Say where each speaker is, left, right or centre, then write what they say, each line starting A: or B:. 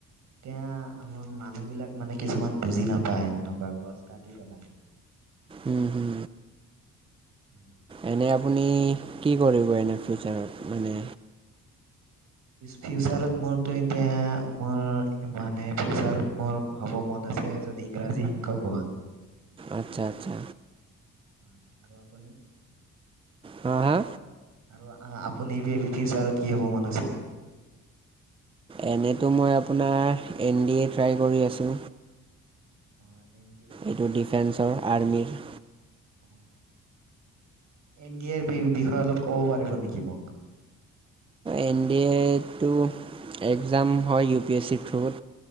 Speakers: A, on the right (about 70°); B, on the right (about 20°).
A: এতিয়া আমাৰ মানুহ বিলাক মানে কিছুমান বুজি নাপায়, এনেকুৱা গছ কাটি পেলাই।
B: উম হুম।
A: <inaudible>
B: এনে আপুনি, কি কৰিব এনে ফিউচাৰত মানে
A: ফিউচাৰত মোৰতো এতিয়া মোৰ, মানে ফিউচাৰত মোৰ হ'ব মন আছে, এজন ইংৰাজী শিক্ষক হোৱা।
B: আচ্ছা আচ্ছা।
A: হয় আৰু আপুনি?
B: হা হা?
A: আৰু আ আপুনি এ ফি ফিউচাৰত কি হ'ব মন আছে?
B: এনেতো মই আপোনাৰ এন ডিয়ে ট্ৰাই কৰি আছোঁ।
A: অ', এন ডি এ?
B: এইটো ডিফেন্সৰ আৰ্মীৰ।
A: অ এন ডি এৰ বি বিষয়ে অলপ ক'ব পাৰিব নেকি মোক?
B: এন ডি এ টো, এক্জাম হয়, ইউ পি এছ চিৰ থ্ৰুত।